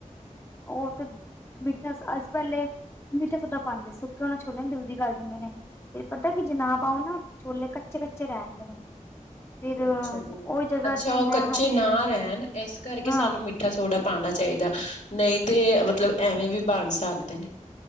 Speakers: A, on the left; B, on the left.
A: ਓ ਤੇ ਮਿੱਠਾ ਅਸੀ ਪੈਲੇ ਮੀਠਾ ਸੋਡਾ ਪਾਂਦੇ ਸੁੱਕੇ ਓਨਾ ਛੋਲੇ ਨਾ ਜਲਦੀ ਗੱਲ ਜਾਂਦੇ ਨੇ। ਫੇਰ ਪਤੈ ਕਿ ਜੇ ਨਾ ਪਾਓ ਨਾ, ਛੋਲੇ ਕੱਚੇ-ਕੱਚੇ ਰੈਂਦੇ ਨੇ। ਫਿਰ
B: ਅੱਛਾ ਜੀ,
A: ਉਹ ਜਗ੍ਹਾ
B: ਅੱਛਾ,
A: ਤੇ ਮੈਂ
B: ਓ ਕੱਚੇ ਨਾ ਰੈਨ ਏਸ ਕਰਕੇ
A: ਹਾਂ
B: ਸਾਨੂੰ ਮੀ ਮਿੱਠਾ ਸੋਡਾ ਪਾਨਾ ਚਾਈਦਾ, ਨਈ ਤੇ ਮਤਲਬ ਐਵੇਂ ਵੀ ਬੰਨ ਸਕਦੇ ਨੇ।